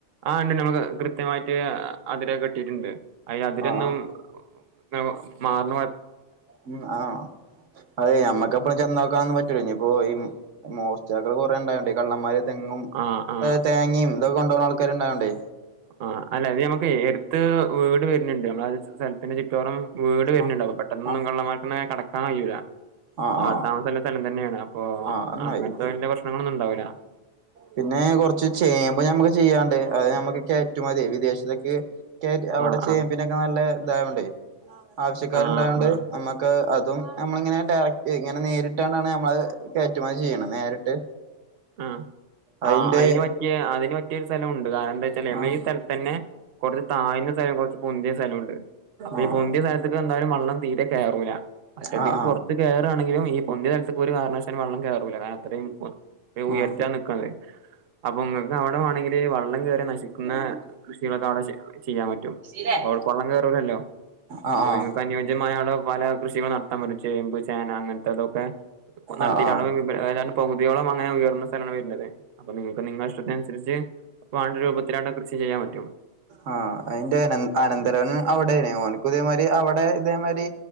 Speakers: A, on the right (about 60°); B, on the right (about 80°).
A: ആഹ് ഇണ്ട്ണ്ൾ നമ്മൾ കൃത്യമായിട്ട് അതിരൊക്കെ കെട്ടീട്ടുണ്ട് അയ്ന് അതിരൊന്നും
B: ആഹ് ആഹ്
A: ന്നു മാറ്ണ
B: ഉം ആഹ് അതെ ഞമ്മക്കെപ്പളും ചെന്നോക്കാനൊന്നും പറ്റൂലെ ഞ്ഞി ഇപ്പോ ഈ മോസ്ടാക്കൾ കൊറെ ഉണ്ടായോണ്ട്, ഈ കള്ളന്മാര് തെങ്ങും
A: ആ ആ
B: തേങ്ങിം ഇതൊക്കെ കൊണ്ടോവ്ണ ആൾ ക്കാര്ണ്ടായോണ്ടേ
A: ആഹ് അല്ല അത് നമ്മുക്ക് എടുത്ത് വീട് വരുന്നുണ്ട്, നമ്മള സെല്ത്തിന്റെ ചുറ്റോറം വീട് വരുന്നുണ്ടാവു
B: ആഹ്
A: പെട്ടന്നൊന്നും
B: ആഹ്
A: കള്ളമാർക്കന്നെ കട്ക്കാൻ കഴിയൂല്ല.
B: ആഹ്
A: ആൾ
B: ആഹ്
A: താമസല്ല സെലം തന്നേണ് അപ്പൊ
B: ആഹ് എന്നായി
A: അങ്ങൻത്തെ വല്ല്യ പ്രശ്നങ്ങളൊന്നുമുണ്ടാവൂല.
B: പിന്നെ കുറച്ച് ചേമ്പ് ഞമ്മക്ക് ചെയ്യാണ്ട് അത് ഞമ്മക്ക് കയ്റ്റുമതി വിദേശത്തിലെക്ക് ക്ക് അവിടെ
A: ആ
B: ചേമ്പിന്നൊക്കെ
A: ആ
B: നല്ല ഇതായോണ്ടേ ആവശ്യക്കാരുണ്ടായോണ്ട്
A: ആ ആ
B: നമ്മുക്ക് അതും നമ്മളിങ്ങനെ ഡയറക്റ്റ് ഇങ്ങനെ നേരിട്ടാണ്ടാണ് നമ്മള് കയറ്റുമതി ചെയ്യ്ണ് നേരിട്ട്
A: ആഹ്
B: അയിന്റെ
A: ആഅ അയിന് പറ്റിയ അയിന് പ റ്റിയൊരു സെല ഉണ്ട് കാരണം എന്തെച്ചാല് <unintelligible>
B: ആഹ്
A: തന്നെ കൊറച്ച് താഴ്ന്ന സ്ഥലം കൊറച്ച് പൊന്തിയ സ്ഥലുണ്ട് അപ്പൊ
B: ആഹ്
A: ഈ പൊന്തിയ സ്ഥല്ത്ക്ക് എന്തായാലും വള്ളം തീരെ കേറൂല മറ്റത്ക്ക്
B: ആഹ്
A: കൊറച്ച് കേറാണെങ്കിലും ഇ പൊന്ത്യ സെൽത്ക്ക് ഒരു കാരണവശാലു വള്ളം കേറൂല്ല, കാരണം അത്രേം ഉ ഉയർത്തിയാ
B: ആഹ്
A: നിക്കണത് അപ്പൊങ്ങക്ക് അവ്ടെ വാണെങ്കില് വള്ളം കേറിയ നശിക്കുന്ന കൃഷികളൊക്കെ അവിടെ ചെയ്യാൻ പറ്റും.
B: ആഹ്
A: ഔട്ക്ക് വള്ളം കേറൂലല്ലോ.
B: ആഹ് ആഹ്
A: അപ്പൊ
B: ആഹ്
A: നിങ്ങക്ക് അനുയോജ്യമായവ്ടെ പല കൃഷികൾ നടത്താപറ്റും. ചേമ്പ്, ചേന അങ്ങന് തോക്കെ നടത്തിയിട്ടവ്ടെ
B: ആഹ് ആഹ്
A: വി വ്‌പ് ഏതാണ്ട് പകുതിയോളം അങ്ങനെ ഉയർന്ന സ്ഥലാണ് വര്ണത്. അപ്പൊ നിങ്ങൾക്ക് നിങ്ങളിഷ്ടത്തി നനുസരിച്ച് വാണ്ട രൂപത്തിലാടെ കൃഷി ചെയ്യാൻ പറ്റും.
B: ആ അതിന്റെ അന അനന്തരവൻ അവിടെ ഓൽക്കും ഇതേമാരി അവിടെ ഇതേമാരി